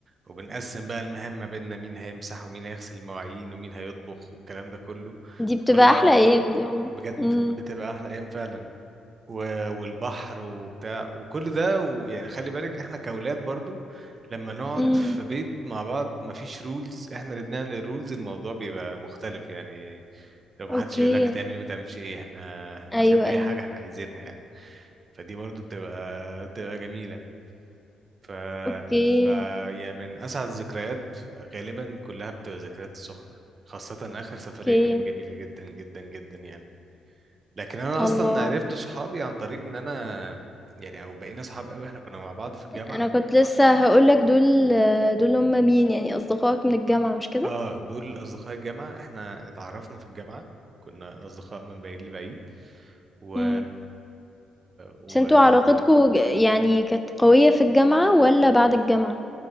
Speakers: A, on the right; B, in the centre.
A: وبنقسم بقى المهام ما بيننا مين هيمسح ومين هيغسل المواعين ومين هيطبخ والكلام ده كله
B: دي بتبقى
A: فكل ده
B: أحلى أيام دي والله
A: بجد
B: مم.
A: بتبقى أحلى أيام فعلا و- والبحر وبتاع وكل ده ويعني خلي بالك احنا كأولاد برضو لما نقعد
B: مم.
A: في بيت مع بعض مفيش رولز احنا اللي بنعمل الرولز الموضوع بيبقى مختلف يعني لو محدش
B: أوكي
A: يقول لك هتعمل ايه ما تعملش ايه احنا احنا ممكن
B: أيوه
A: نعمل
B: أيوه
A: اي حاجة احنا عايزينها يعني فدي برضو بتبقى بتبقى جميلة ف...
B: أوكي
A: ف يعني من أسعد الذكريات غالبا كلها بتبقى ذكريات السخنة خاصة آخر سفرية
B: أوكي
A: كانت جميلة جدا جدا جدا يعني لكن أنا
B: الله
A: أصلا عرفت صحابي عن طريق إن أنا يعني أو بقينا صحاب قوي إحنا كنا مع بعض في الجامعة
B: أنا كنت لسه هقولك دول دول هما مين يعني أصدقائك من الجامعة مش كده؟
A: آه دول أصدقاء الجامعة إحنا اتعرفنا في الجامعة كنا أصدقاء من بعيد لبعيد و...
B: مم.
A: و...
B: بس انتوا علاقتكوا ج- يعني كانت قوية في الجامعة ولا بعد الجامعة؟